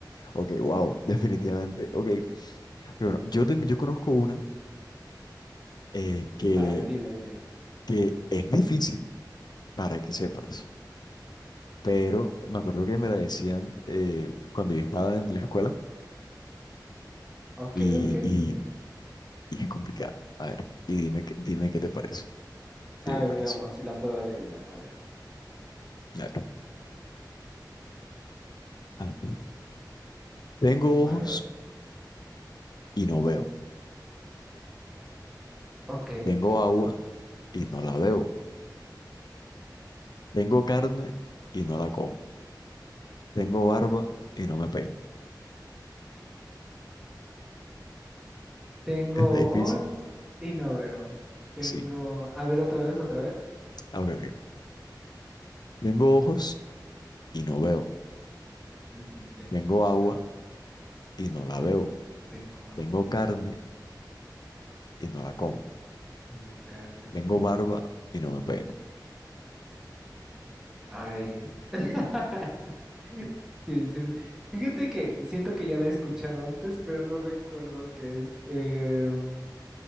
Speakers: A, on the left; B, in the centre.
A: ok, wow, definitivamente. Ok, pero bueno, yo, tengo, yo conozco una eh, que,
B: Vale, dime, dime.
A: que es difícil para que sepas, pero me acuerdo que me la decían eh, cuando yo estaba en la escuela
B: Ok,
A: y,
B: ok.
A: y, y es complicada. A ver, y dime, qué- dime qué te parece.
B: A
A: Dime
B: ver,
A: qué te
B: veamos
A: parece.
B: si la puedo adivinar. A ver.
A: A ver. a ver. Tengo
B: Vale,
A: ojos
B: vale.
A: y no veo.
B: Ok.
A: Tengo agua y no la veo. Tengo carne y no la como. Tengo barba y no me peino.
B: Tengo
A: Está difícil.
B: ojos y no veo. Tengo...
A: Sí.
B: A ver, otra vez, otra vez.
A: Ah, Ok, ok. Tengo ojos y no veo.
B: Ujú, Tengo
A: Tengo
B: ojos
A: agua
B: y no veo.
A: y no la bebo.
B: Tengo agua
A: Tengo carne
B: y no la...
A: y no la como.
B: Tengo carne
A: Tengo
B: y no
A: barba
B: la como.
A: y no me peino.
B: Ay. <laughs> Sí, sí. Fíjate que siento que ya la he escuchado antes, pero no recuerdo qué es. Em,